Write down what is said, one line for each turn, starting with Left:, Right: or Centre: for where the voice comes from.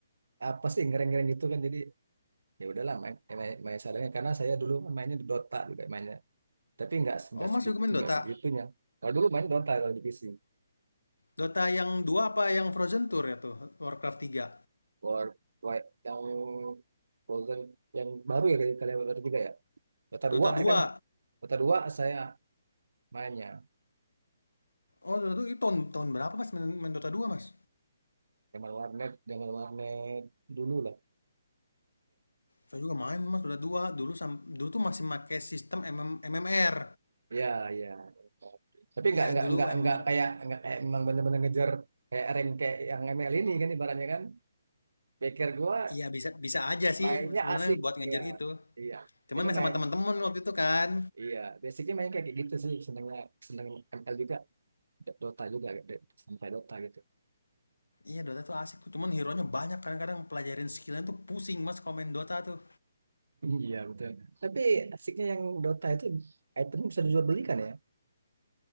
Right: apa sih ngereng-ngereng gitu kan jadi ya udahlah main, main, main seadanya karena saya dulu kan mainnya di Dota juga main tapi nggak nggak
Left: Oh, Mas
Right: segitu
Left: juga main Dota?
Right: nggak segitunya kalau dulu main Dota kalau di PC
Left: Dota yang 2 apa yang Frozen Tour ya tuh? Warcraft 3,
Right: War, War yang Frozen yang baru ya kali- kalian baru juga ya Dota
Left: Dota
Right: dua
Left: dua.
Right: ya kan Dota dua saya mainnya
Left: Oh, Dota 2 itu tahun, tahun berapa Mas main, main Dota dua Mas?
Right: zaman warnet zaman warnet dulu lah
Left: Saya juga main Mas Dota dua Dulu sam, dulu tuh masih pakai sistem MM, MMR.
Right: ya ya tapi nggak
Left: Iya,
Right: nggak
Left: dulu
Right: nggak
Left: MMR.
Right: nggak kayak nggak kayak memang bener-bener ngejar kayak rank kayak yang ML ini kan ibaratnya kan pikir gua
Left: Iya, bisa bisa aja sih
Right: mainnya
Left: sebenarnya
Right: asik
Left: buat ngejar
Right: ya
Left: gitu.
Right: iya
Left: Cuman
Right: jadi
Left: main
Right: main
Left: sama teman-teman waktu itu kan.
Right: iya basicnya main kayak gitu sih senengnya seneng ML juga Dota juga sampai Dota gitu.
Left: Iya Dota tuh asik tuh, cuman hero-nya banyak kadang-kadang pelajarin skillnya tuh pusing mas kalau main Dota tuh.
Right: Iya betul. Tapi asiknya yang Dota itu itemnya bisa dijual belikan ya?